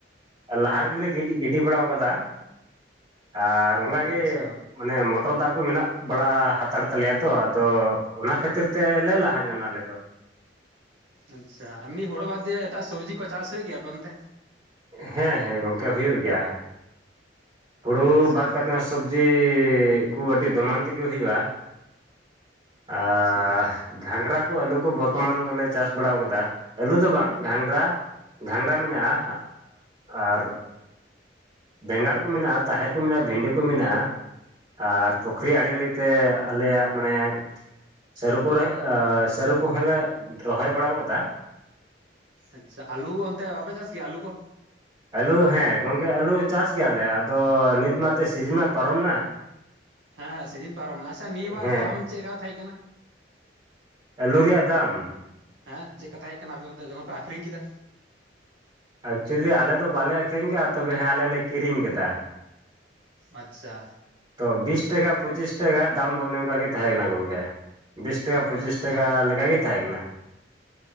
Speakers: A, on the right; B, on the right.
A: ᱞᱟᱦᱟ ᱨᱮᱜᱮᱞᱮ ᱜᱤᱰᱤ ᱜᱤᱰᱤ ᱵᱟᱲᱟᱣ ᱠᱟᱫᱟ ᱟᱨ ᱚᱱᱠᱟ ᱜᱮ
B: ᱟᱪᱪᱷᱟ
A: ᱢᱟᱱᱮ ᱴᱚᱨ ᱫᱟᱜ ᱠᱚ ᱢᱮᱱᱟᱜ ᱵᱟᱲᱟ ᱦᱟᱛᱟᱲ ᱛᱟᱞᱮᱭᱟ ᱛᱚ ᱟᱫᱚ ᱚᱱᱟ ᱠᱷᱟᱹᱛᱤᱨ ᱛᱮᱞᱮ ᱞᱟᱦᱟ ᱧᱚᱜᱱᱟ ᱟᱞᱮ ᱫᱚ᱾
B: ᱟᱪᱪᱷᱟ ᱮᱢᱱᱤ ᱦᱳᱲᱳ ᱵᱟᱫᱽ ᱫᱤᱭᱮ ᱮᱴᱟᱜ ᱥᱚᱵᱽᱡᱤ ᱠᱚ ᱪᱟᱥ ᱦᱩᱭᱩᱜ ᱜᱮᱭᱟ ᱟᱯᱮ ᱚᱱᱛᱮ?
A: ᱦᱮᱸ ᱦᱮᱸ ᱜᱚᱝᱠᱮ ᱦᱩᱭᱩᱜ ᱜᱮᱭᱟ᱾ ᱦᱩᱲᱩ
B: ᱟᱪᱪᱷᱟ
A: ᱵᱟᱫ ᱠᱟᱛᱮ ᱥᱚᱵᱡᱤ ᱠᱚ ᱟᱹᱰᱤ ᱫᱚᱢᱟᱱ ᱛᱮᱜᱮ ᱦᱩᱭᱩᱜᱼᱟ᱾ ᱟᱨ
B: ᱟᱪᱪᱷᱟ
A: ᱜᱷᱟᱸᱝᱽᱨᱟ ᱠᱚ ᱟᱹᱞᱩ ᱠᱚ ᱵᱚᱨᱛᱚᱢᱟᱱ ᱫᱚᱞᱮ ᱪᱟᱥ ᱵᱟᱲᱟ ᱠᱟᱫᱟ ᱟᱹᱞᱩ ᱫᱚ ᱵᱟᱝ ᱜᱷᱟᱸᱝᱜᱽᱨᱟ᱾ ᱜᱷᱟᱸᱜᱽᱨᱟ ᱢᱮᱱᱟᱜᱼᱟ ᱟᱨ ᱵᱮᱸᱜᱟᱲ ᱠᱚ ᱢᱮᱱᱟᱜᱼᱟ ᱛᱟᱦᱮᱨ ᱠᱚ ᱢᱮᱱᱟᱜᱼᱟ ᱵᱷᱤᱰᱤ ᱠᱚ ᱢᱮᱱᱟᱜᱼᱟ ᱟᱨ ᱯᱩᱠᱷᱨᱤ ᱟᱲᱮ ᱟᱲᱮᱛᱮ ᱟᱞᱮᱭᱟᱜ ᱢᱟᱱᱮᱼᱼ ᱥᱟᱹᱨᱩ ᱠᱚ <unintelligible> ᱥᱟᱹᱨᱩ ᱠᱚᱦᱚᱸ ᱞᱮ ᱨᱚᱦᱚᱭ ᱵᱟᱲᱟᱭ ᱟᱠᱟᱫᱟ
B: ᱟᱪᱪᱷᱟ ᱟᱹᱞᱩ ᱚᱱᱛᱮ ᱵᱟᱯᱮ ᱪᱟᱥ ᱜᱮᱭᱟ ᱟᱹᱞᱩ ᱠᱚᱼᱼ
A: ᱟᱹᱞᱩ ᱦᱮᱸ ᱜᱚᱝᱠᱮ ᱟᱹᱞᱩ ᱪᱟᱥ ᱜᱮᱭᱟᱞᱮ ᱟᱫᱚ ᱱᱤᱛ ᱢᱟᱛ ᱛᱚ ᱥᱤᱡᱤᱱᱟ ᱯᱟᱨᱚᱢ ᱮᱱᱟ
B: ᱦᱮᱸ ᱦᱮᱸ ᱥᱤᱡᱤᱱ ᱯᱟᱨᱚᱢ ᱮᱱᱟ ᱟᱪᱪᱷᱟ ᱱᱤᱭᱟᱹ ᱵᱟᱨ
A: ᱦᱮᱸ
B: ᱫᱟᱢ ᱪᱮᱫ ᱞᱮᱠᱟ ᱛᱟᱦᱮᱸ ᱠᱟᱱᱟ
A: ᱟᱹᱞᱩ ᱨᱮᱭᱟᱜ ᱫᱟᱢᱼᱼ
B: ᱦᱮᱸ ᱪᱮᱫ ᱠᱟ ᱛᱟᱸᱦᱮ ᱠᱟᱱᱟ ᱟᱯᱮ ᱚᱱᱛᱮ ᱡᱚᱠᱷᱚᱱ ᱯᱮ ᱟᱠᱷᱨᱤᱧ ᱠᱮᱫᱟ
A: ᱮᱠᱪᱩᱞᱤ ᱟᱞᱮ ᱫᱚ ᱵᱟᱞᱮ ᱟᱠᱷᱨᱤᱧ ᱠᱮᱫᱟ ᱛᱚᱵᱮ ᱦᱮᱸ ᱟᱞᱮᱞᱮ ᱞᱮ ᱠᱤᱨᱤᱧ ᱠᱮᱫᱟ
B: ᱟᱪᱪᱷᱟ
A: ᱛᱚ ᱵᱤᱥ ᱴᱟᱠᱟ ᱯᱚᱸᱪᱤᱥ ᱴᱟᱠᱟ ᱫᱟᱢ ᱫᱚ ᱚᱱᱮ ᱚᱱᱠᱟ ᱜᱮ ᱛᱟᱦᱮᱸ ᱠᱟᱱᱟ ᱜᱚᱝᱠᱮ ᱵᱤᱥ ᱴᱟᱠᱟ ᱯᱚᱸᱪᱤᱥ
B: ᱟᱪᱪᱷᱟ
A: ᱴᱟᱠᱟ ᱞᱮᱠᱟ ᱜᱮ ᱛᱟᱦᱮᱸ ᱠᱟᱱᱟ